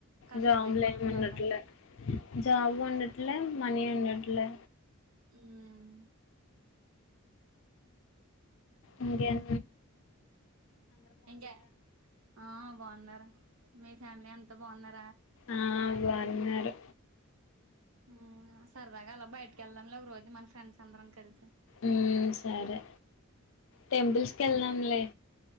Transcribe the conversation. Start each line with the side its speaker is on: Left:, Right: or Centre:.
Right: కష్టం
Left: జాబ్
Right: అయిపోతుంది
Left: ఉండట్లే
Right: అందరికి
Left: జాబ్ ఉండట్లా మనీ ఉండట్లా
Right: హ్మ్మ్
Left: ఇంకేం
Right: ఇంక ఆ బాగున్నారుా మీ ఫ్యామిలీ అంత బాన్నారు
Left: ఆ బాన్నారు
Right: హ్మ్ సరదాగా అలా బయటకి వెళ్లడం లో ఒక రోజు మనసు ఫ్రెంస్ అందరం కలిసి
Left: ఉ సరే టెంపుల్స్కి వెళ్దాంలే